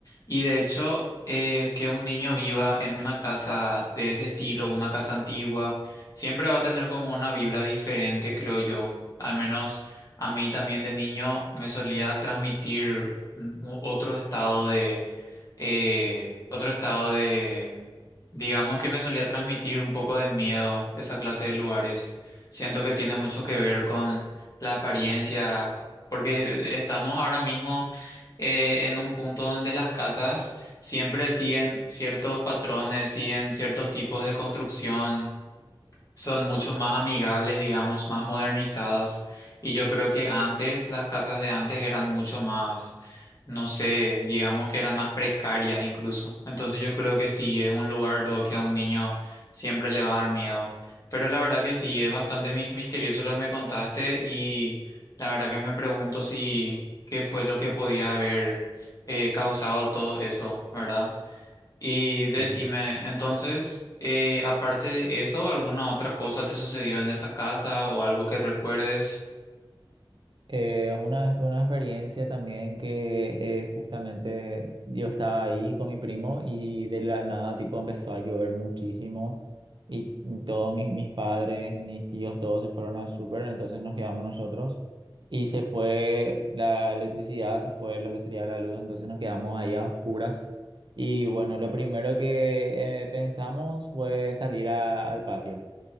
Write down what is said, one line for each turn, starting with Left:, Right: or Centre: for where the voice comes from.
Left: Y de hecho, eh, que un niño viva en una casa de ese estilo, una casa antigua Siempre va a tener como una vibra diferente, creo yo. Al menos a mí también de niño me solía transmitir un- u- otro estado de, eh, otro estado de, digamos que me solía transmitir un poco de miedo esa clase de lugares. Siento que tiene mucho que ver con la apariencia, porque estamos ahora mismo eh, en un punto donde las casas siempre siguen ciertos patrones, siguen ciertos tipos de construcción son mucho más amigables, digamos, más modernizadas. Y yo creo que antes, las casas de antes eran mucho más, no sé, digamos que eran más precarias incluso. Entonces yo creo que sí, es un lugar lo que a un niño siempre le va a dar miedo. Pero la verdad que sí, es bastante mis- misterioso lo que me contaste y la verdad que me pregunto si qué fue lo que podía haber eh, causado todo eso, ¿verdad? Y decime,
Right: Claro.
Left: entonces, eh, aparte de eso, ¿alguna otra cosa te sucedió en esa casa o algo que recuerdes?
Right: Eh, una vez tuve una experiencia también que eh, justamente yo estaba ahí con mi primo y de la nada tipo empezó a llover muchísimo y todos mis, mis padres, mis tíos, todos se fueron al súper, entonces nos quedamos nosotros y se fue la electricidad, se fue lo que sería la luz, entonces nos quedamos ahí a oscuras y bueno, lo primero que eh, pensamos fue salir a- al patio